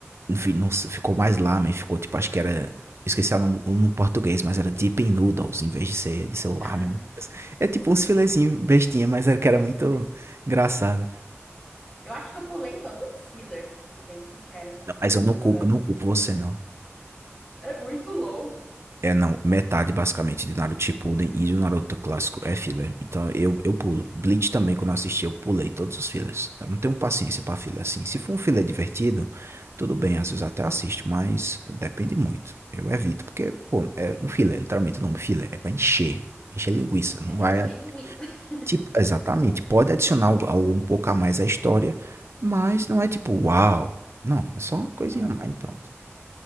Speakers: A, on the right; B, on the left.
A: Não, fi- não s- ficou mais lamen, ficou tipo, acho que era. Esqueci o nome o nome em português, mas era Deep in Noodles, em vez de ser, de ser o lamen.
B: ah, sim.
A: É tipo uns filezinhos bestinha, mas era que era muito engraçado.
B: Eu acho que eu pulei todos os filler, sendo bem sincera, assim.
A: Não, Mas
B: Tipo,
A: eu não culpo,
B: nossa,
A: eu não culpo você, não.
B: é muito longo.
A: É, não, metade basicamente de Naruto Shippuden e do Naruto clássico é filler. Então eu, eu pulo. Bleach também, quando eu assisti, eu pulei todos os fillers. Eu não tenho paciência pra filler assim. Se for um filler divertido, tudo bem, às vezes até assisto, mas depende muito. Eu evito, porque, pô, é um filler, literalmente o nome filler é pra encher, encher linguiça. Não
B: É pra
A: vai,
B: encher linguiça. <laughs>
A: tipo, exatamente. Pode adicionar algo, algo um pouco a mais à história, mas não é tipo, uau. Não, é só uma
B: É.
A: coisinha a mais, e pronto.